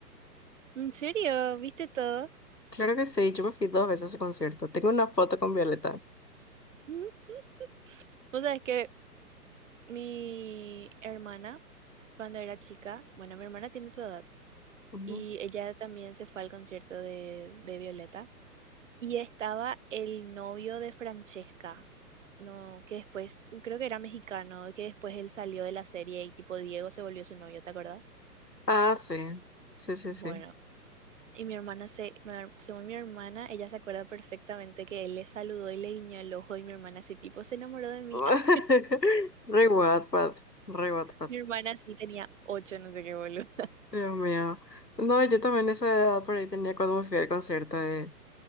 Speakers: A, on the right; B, on the left.
A: ¿En serio? ¿Viste todo?
B: Claro que sí, yo me fui dos veces a su concierto. Tengo una foto con Violeta.
A: <laughs> O sea, es que mi hermana, cuando era chica, bueno, mi hermana tiene tu edad,
B: Ujú.
A: y ella también se fue al concierto de, de Violeta. Y estaba el novio de Francesca, no, que después, creo que era mexicano, que después él salió de la serie y tipo Diego se volvió su novio, ¿te acordás?
B: Ah, sí, sí, sí,
A: Bueno,
B: sí.
A: y mi hermana se, mi her- según mi hermana, ella se acuerda perfectamente que él le saludó y le guiñó el ojo y mi hermana así tipo se enamoró de mí.
B: <laughs>
A: Ah,
B: Re Wattpad, re Wattpad.
A: mi hermana sí tenía ocho, no sé qué boludo.
B: Dios mío. No, yo también esa edad por ahí tenía cuando me fui al concierto de,